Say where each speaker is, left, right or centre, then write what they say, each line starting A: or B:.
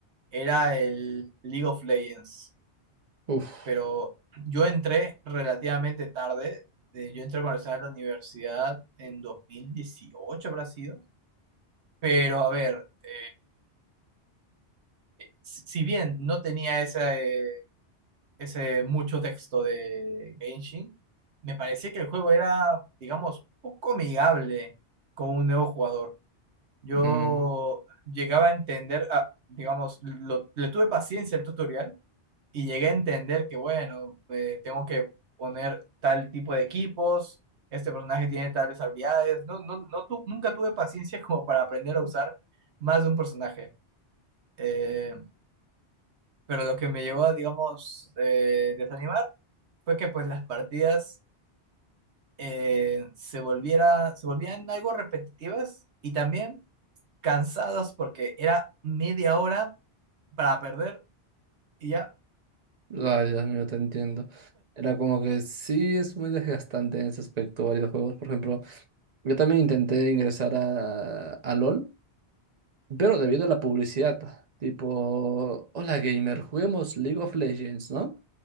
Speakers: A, on the right; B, on the right.
A: era el League of Legends.
B: Uf.
A: Pero yo entré relativamente tarde, eh, yo entré cuando estaba en la universidad en 2018 habrá sido, pero a ver, eh, si si bien no tenía ese, eh, ese mucho texto de Genshin, me parecía que el juego era, digamos, poco amigable con un nuevo jugador. Yo
B: mm.
A: llegaba a entender, ah, digamos, lo- le tuve paciencia al tutorial y llegué a entender que, bueno, eh, tengo que poner tal tipo de equipos, este personaje tiene tales habilidades. No, no, no tu- nunca tuve paciencia <laughs> como para aprender a usar más de un personaje. Eh, pero lo que me llevó a, digamos, eh, desanimar fue que pues las partidas eh, se volviera, se volvían algo repetitivas y también cansados porque era media hora para perder y ya.
B: Ay, Dios mío, te entiendo. Era como que sí es muy desgastante en ese aspecto varios juegos. Por ejemplo, yo también intenté ingresar a, a LOL Pero debido a la publicidad, tipo, hola gamer, juguemos League of Legends, ¿no?